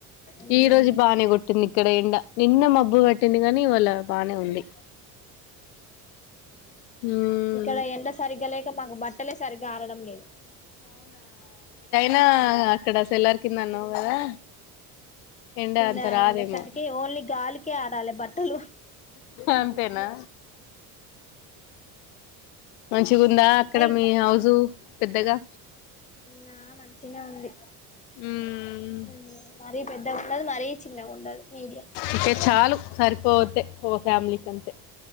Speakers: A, on the left; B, on the left.
A: ఉమ్
B: ఈ రోజు బనే కొట్టింది ఇక్కడ ఎండ నిన్న మబ్బు పెట్టింది కాగాని ఇవాళ బానే ఉంది మ్మ్
A: ఇక్కడ ఎండా సరిగాలేక మాకు బట్టలే సరిగ్గా ఆరడం లేదు
B: నా అక్కడ సెల్లర్ కింద కదా ఎండ
A: కింద
B: అంత రాదేమో
A: ఉండేసరికి ఓన్లీ గాలికి ఆరాలే బట్టలు
B: అంతేనా మంచిగుందా అక్కడ
A: ఏయ్
B: మీ హౌజు పెద్దగా
A: నా మంచిగా ఉంది
B: మ్మ్
A: మ్ మరి పెద్దగా ఉండదు మరీ చిన్నగా ఉండదు మీడియం
B: ఇతే చాలు సర్ పోతే ఓ ఫ్యామిలీ కంతే